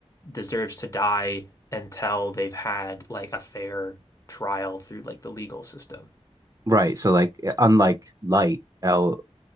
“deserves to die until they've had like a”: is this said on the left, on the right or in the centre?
Left